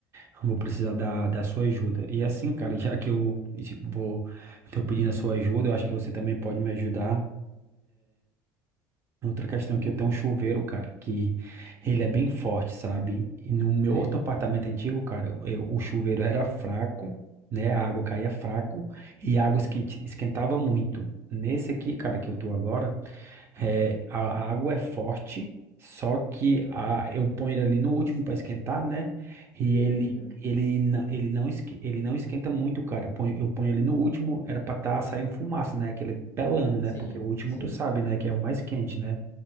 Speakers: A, on the right (about 35°); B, on the left (about 35°).
A: eu vou precisar da, da sua ajuda. E assim, cara, já que eu es- vou, tô pedindo a sua ajuda, eu acho que você também pode me ajudar. Outra questão é que eu tenho um chuveiro, cara, que ele é bem forte, sabe? E no meu
B: Sei.
A: outro apartamento antigo, cara, eu- o chuveiro era fraco, né? A água caía fraco e
B: Uhum,
A: a água esquenti- esquentava muito. Nesse aqui, cara, que eu tô agora. É, a, a água é forte, só que a, eu ponho ele ali no último para esquentar, né? E ele,
B: uhum.
A: ele, não- ele, não, esque- ele não esquenta muito, cara. Eu ponho, eu ponho ele no último, era para estar saindo fumaça, né? Aquele pelando, né?
B: Sim,
A: Porque o último
B: sim,
A: tu sabe, né? Que é o mais quente, né?